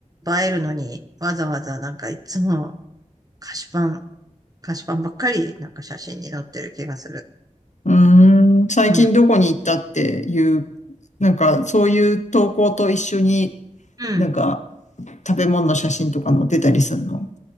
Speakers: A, on the right (about 30°); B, on the left (about 65°).
A: 映えるのに、わざわざなんかいつも菓子パン、菓子パンばっかり、なんか写真に載ってる気がする。
B: うーん。最近どこに行ったっていう、
A: うん。
B: なんかそういう投稿と一緒に、
A: うん。
B: なんか食べ物の写真とか載ってたりするの